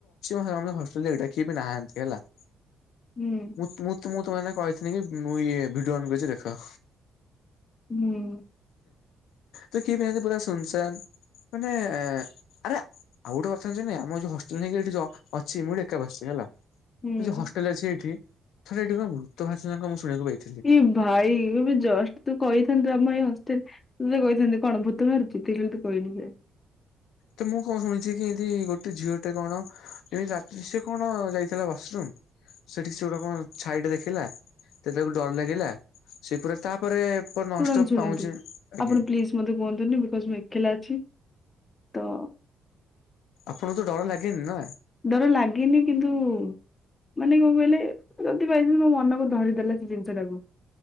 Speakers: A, on the left; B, on the left.
A: ହଟା କି ବି ନାହାନ୍ତି ହେଲା।
B: ହୁଁ ଉଁ
A: ମୁ ମୁଁ ମୁଁ ତମେ କହିଥିଲି କି ମୁଁ ଇ ଭିଡିଓ ଅନକରୁଛି ଦେଖ।
B: ହୁଁ
A: ତୁ କି <unintelligible> ପୁରା ଶୁନସାନ୍ ମାନେ, ଆରେ ଆଉ ଗୋଟେ କଥା ନାଇ ଆମ ଯୋଉ ହଷ୍ଟେଲ ନେଇକ ଏଠି ଅଛି ମୁଁ ଏକାସିଛି ହେଲା।
B: ହୁଁ।
A: ସେ ଯୋଉ ହଷ୍ଟେଲ ଅଛି ଏଠିଥର ଏଠି କଣ ଭୂତ ଭାଷଥିଲାା ମୁଁ ଶୁଣିବାକୁ ପାଇଥିଲି।
B: ଏ ଭାଇ, ଏବେ ଜଷ୍ଟ ତୁ କହିଥାନ୍ତୁ ଆମ ଏଇ ହଷ୍ଟେଲ ତତ କହିଥାଛନ୍ତି କଣ ଭୂତ ମାରୁଚିତି କଲି ତୁ କହିଲି ଯେ
A: ତ ମୁଁ କଣ ଶୁଣିଛି କି ଏମତି ଗୋଟେ ଝିଅଟେ କଣ? ଏମିତି ରାତ୍ରୀ ସେ କଣ ଯାଇଥିଲା ବାସରୁମ୍। ସେଠିକ ସେ ଗୋଟେ କଣ ଛାଇଟେ ଦେଖିଲା, ସେ ତାକୁ ଡର ଲାଗିଲା, ସେପ ତାପରେ ଉପ ନଷ୍ଟ
B: ଶୁଣନ୍ତୁ ଶୁଣନ୍ତୁ
A: ପାଉଛେ, ଆଜ୍ଞା।
B: ଆପଣ ପ୍ଲିଜ ମତେ କୁହନ୍ତୁନି ବିକଜ ମୁଁ ଏକଲା ଅଛି ତ
A: ଆପଣଙ୍କୁ ତ ଡର ଲାଗେନି ନା?
B: ଡର ଲାଗେନି କିନ୍ତୁ ମାନେ କଣ କହିଲେ ଯଦି ପାଇ ମୋ ମନକୁ ଧରିଦେଲା ସେ ଜିନିଷ ଟାକୁ